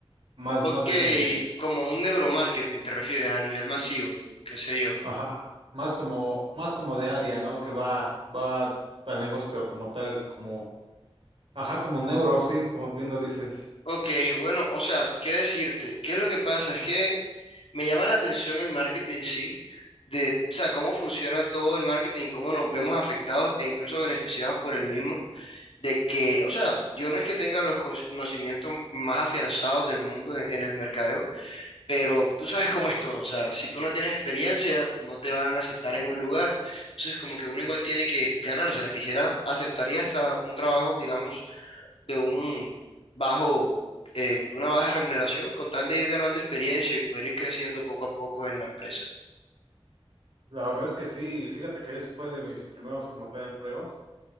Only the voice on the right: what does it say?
más,
más de ese,
ajá, más como, más como de área, ¿no? Que va, va al negocio, pero como tal, como, ajá, como neuro, sí, como bien lo dices.
La verdad es que sí, fíjate que eso fue de mis primeros como tal empleos.